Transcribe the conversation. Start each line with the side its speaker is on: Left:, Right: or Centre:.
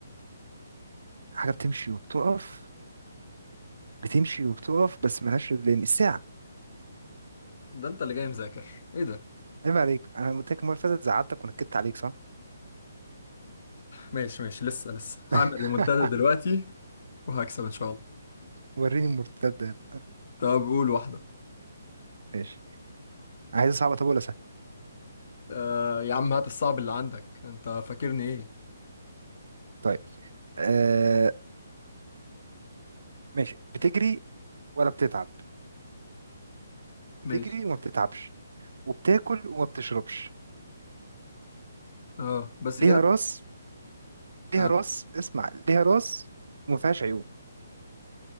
Right: حاجة بتمشي وبتقف بتمشي وبتقف بس ملهاش رجلين الساعة
Left: ده انت اللي جاي مذاكر ايه ده
Right: عيب عليك انا قلت لك المرة اللي فاتت زعلتك ونكدت عليك صح
Left: ماشي ماشي لسه لسه
Right: <laughs>
Left: هعمل ريمونتادا دلوقتي وهكسب ان شاء الله
Right: وريني المرتدة
Left: طب قول واحدة
Right: ماشي عايز صعبة طب ولا سهل
Left: آه يا عم هات الصعب اللي عندك انت فاكرني ايه
Right: طيب آه ماشي بتجري ولا بتتعب بتجري
Left: ماشي
Right: وما بتتعبش وبتاكل وما بتشربش
Left: اه بس
Right: ليها
Left: كده
Right: راس ليها
Left: اه
Right: راس اسمع ليها راس وما فيهاش عيون